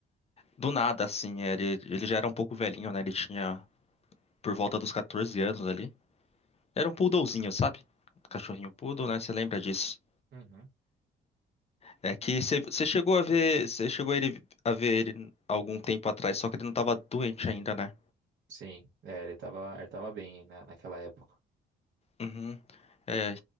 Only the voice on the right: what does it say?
Uhum.
Sim, é, ele tava, ele tava bem na, naquela época.